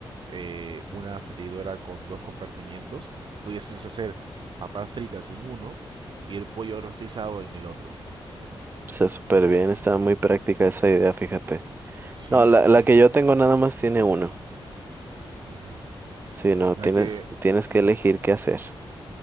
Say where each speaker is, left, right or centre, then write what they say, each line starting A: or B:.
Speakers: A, on the right; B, on the right.
A: eh, una freidora con dos compartimientos, pudieses hacer papas fritas en uno y el pollo rostizado en el otro.
B: Está súper bien, está muy práctica esa idea, fíjate.
A: Sí,
B: No,
A: sí,
B: la,
A: sí.
B: la que yo tengo nada más tiene uno.
A: Ujú.
B: Sí, no,
A: La
B: tienes,
A: que,
B: tienes que elegir qué hacer.